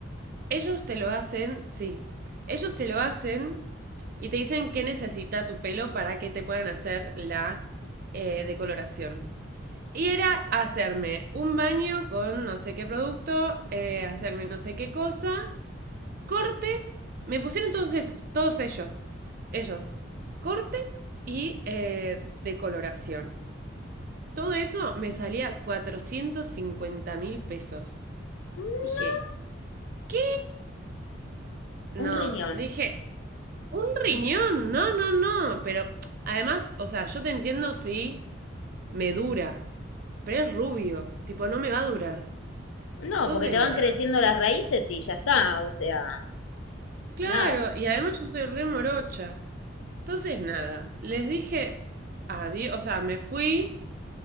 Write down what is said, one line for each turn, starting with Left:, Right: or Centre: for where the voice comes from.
Right: Ellos te lo hacen, sí. Ellos te lo hacen y te dicen qué necesita tu pelo para que te puedan hacer la eh, decoloración. Y era hacerme un baño con no sé qué producto, eh, hacerme no sé qué cosa, corte. Me pusieron todos, todos ellos. Ellos, corte y eh, decoloración. Todo eso me salía cuatrocientos cincuenta mil pesos.
Left: No.
Right: Dije, ¿qué? No,
Left: Un riñón.
Right: dije, Un riñón, no, no, no. Pero además, o sea, yo te entiendo si me dura, pero es rubio, tipo, no me va a durar.
Left: No,
Right: Entonces,
Left: porque te van
Right: nada.
Left: creciendo las raíces y ya está, o sea,
Right: Claro,
Left: nada.
Right: y además yo soy re morocha. Entonces, nada. Les dije adiós, o sea, me fui.